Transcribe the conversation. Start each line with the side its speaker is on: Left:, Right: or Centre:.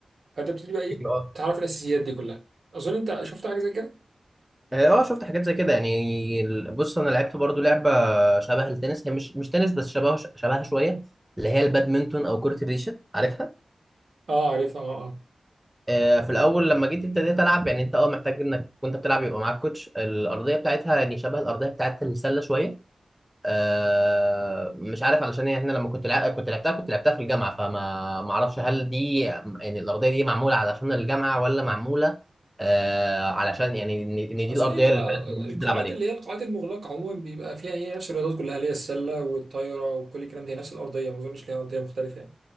Right: فأنت بتبتدي بقى إيه
Centre: اه
Right: تعرف الأساسيات دي كلها أظن أنت شفت حاجة زي كده؟
Centre: اه شفت حاجات زي كده يعني ال- بص انا لعبت برضو لعبه شبه التنس هي مش مش تنس بس شبه شبهها شويه اللي هي البادمنتون او كره الريشه عارفها
Right: أه عارفها أه أه
Centre: آه، في الاول لما جيت ابتديت العب يعني انت اه محتاج انك وانت بتلعب يبقى معاك كوتش الارضيه بتاعتها يعني شبه الارضيه بتاعت السله شويه آه، مش عارف علشان يعني احنا لما كنت لع... كنت لعبتها كنت لعبتها في الجامعه فما ما اعرفش هل دي يعني الارضيه دي معموله علشان الجامعه ولا معموله آه، علشان يعني ان إن دي
Right: أظن
Centre: الارضيه
Right: هي بتبقى
Centre: اللي فعلا الناس
Right: القاعات
Centre: بتلعب عليها
Right: اللي هي القاعات المغلقة عموما بيبقى فيها هي نفس الرياضات كلها اللي هي السلة والطايرة وكل الكلام ده هي نفس الأرضية ما أظنش ليها أرضية مختلفة